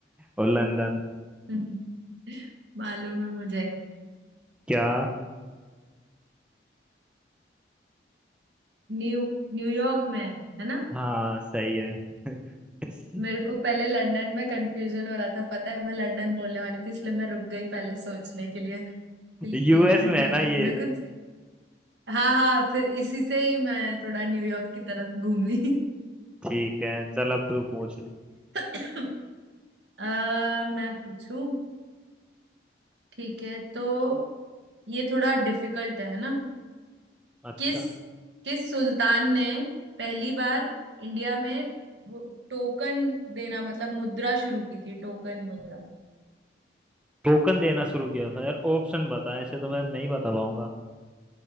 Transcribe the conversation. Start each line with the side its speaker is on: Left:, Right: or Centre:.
Centre: और लंदन
Right: हम्म, मालूम है मुझे
Centre: क्या
Right: न्यू न्यूयॉर्क में है है ना
Centre: हाँ सही है <laughs>
Right: मेरे को पहले लंदन में कंफ्यूजन हो रहा था पता है मैं लंदन बोलने वाली थी इसलिए मैं रुक गई पहले सोचने के लिए कि
Centre: यूएस
Right: लंदन
Centre: में है
Right: नहीं
Centre: ना ये
Right: मेरे को हाँ हाँ फिर इसी से ही मैं थोड़ा न्यूयॉर्क की तरफ घूमी
Centre: ठीक है चल अब तू पूछ ले
Right: <laughs> आ, मैं पूछू ठीक है तो ये थोड़ा डिफिकल्ट है ना
Centre: अच्छा
Right: किस किस सुल्तान ने पहली बार इंडिया में वो टोकन देना मतलब मुद्रा शुरू की थी टोकन मुद्रा
Centre: टोकन देना शुरू किया था यार ऑप्शन बता ऐसे तो मैं नहीं बता पाऊंगा